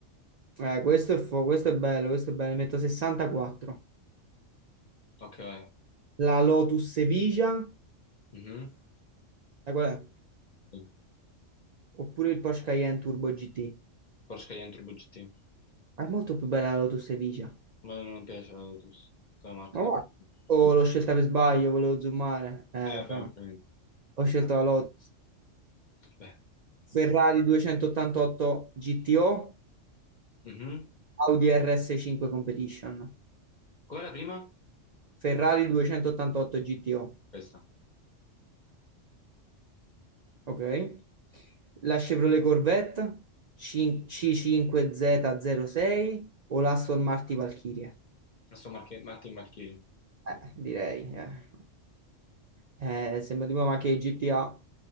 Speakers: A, on the right (about 70°); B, on the left (about 50°).
A: eh, questo è, fo- questo è bello, questo è bello, ne metto 64.
B: Ok, vai.
A: la Lotus Sevilla,
B: Mhm.
A: sai qual è?
B: Sì.
A: Oppure il Porsche Cayenne Turbo GT.
B: Porsche Cayenne Turbo GT.
A: Ma è molto più bella la Lotus Sevilla.
B: A me non piace la Lotus, come marca
A: Ma guarda.
B: di macchina.
A: Oh, l'ho scelta per sbaglio, volevo zoomare. Eh,
B: Eh, vabbè,
A: fra.
B: ovviamente.
A: Ho scelto
B: <laughs>
A: la Lotus.
B: Vabbè.
A: Ferrari 288 GTO,
B: Mhm.
A: Audi RS5 Competition.
B: Qual era la prima?
A: Ferrari 288 GTO,
B: Questa.
A: ok? La Chevrolet Corvette C- C5Z06 o l'Aston Martin Valkyrie?
B: Aston Marche- Martin Marchini,
A: Eh, direi. eh. Eh, sembra tipo ma che GTA